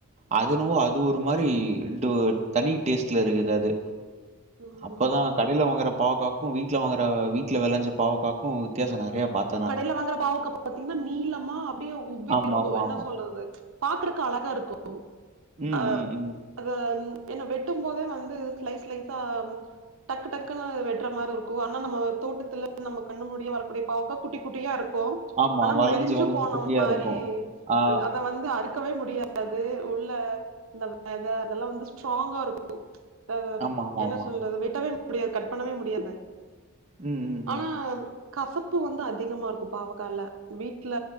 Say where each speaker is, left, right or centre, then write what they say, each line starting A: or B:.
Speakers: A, on the right; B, on the right.
A: அது இன்னவோ அது ஒரு மாரி டு தனி டேஸ்ட்ல இருக்குது அது
B: ம்.
A: அப்பதா கடேல வாங்குற பாவாகாக்கும் வீட்ல வாங்குற வீட்ல வெளஞ்ச பாவக்காக்கு வித்தியாசோ நெறையா பாத்
B: கடைல வாங்குற பாவக்கா பாத்திங்ன்னா நீளமா அப்டியே உப்பி
A: ஆமாமாமா.
B: இருக்கு என்ன சொல்றது பாக்குறக்கு அழகா இருக்கு
A: ம்,
B: அ
A: ம், ம்.
B: அத என்ன வெட்டும் போதே வந்து ஸ்லைஸ் ஸ்லைஸா டக்கு டக்குன்னு வெட்ற மாரி இருக்கு அனா நம்ம தோட்டத்துல நம்ம கண்ணு முடிய வரக்கூடிய பாவக்கா குட்டி குட்டியா இருக்கு
A: ஆமா.
B: ஆனா
A: வளஞ்சு,
B: மெலுஞ்சு
A: வளஞ்சு
B: போன
A: குட்டியா
B: மாரி
A: இருக்கும். ஆ.
B: அத வந்து அறு க்கவே முடியாது உள்ள இந்த வெத அதெல்லா வந்து ஸ்ட்ராங்கா இருக்கு அ
A: ஆமாமாமா.
B: என்ன சொல்றது வெட்டவே முடியாது கட் பண்ணவே முடியாது
A: ம், ம்,
B: ஆனா
A: ம்.
B: கசப்பு வந்து அதி அதிகமா இருக்கு பாவக்கால வீட்ல